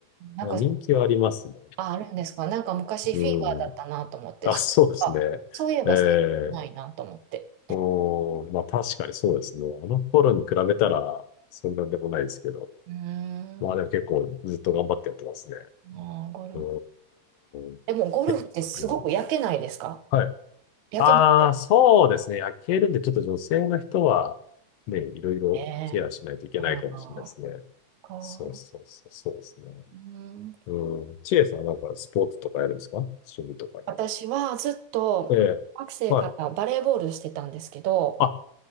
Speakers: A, on the right; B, on the left.
A: なんか、
B: え人気はありますね。
A: あ、あるんですか。なんか昔フィーバーだったなと思って、
B: うん。あ、
A: そういえば、
B: そうですね。
A: そういえば最近ないなと思って。
B: ええうん。まあ確かにそうですね。あの頃に比べたら、そんなんでもないですけど。
A: うー
B: まあでも結構ずっと頑張ってやってますね。
A: ん、あー、ゴルフ。
B: うん。
A: でもゴルフってすごく焼けないですか
B: 結構、なんか今、はい。
A: 焼けますよ
B: ああ、そうですね。焼けるんで、ちょっと女性の人は、ね、いろいろケアしないといけないかもしれないですね。
A: ね。あーか
B: そうそうそう、そうですね。
A: うーん、
B: うん。チエさんなんかスポーツとかやるんですか趣味とかには。
A: 私はずっと学生からバレーボールしてたんですけど、
B: ええ。はい。あ、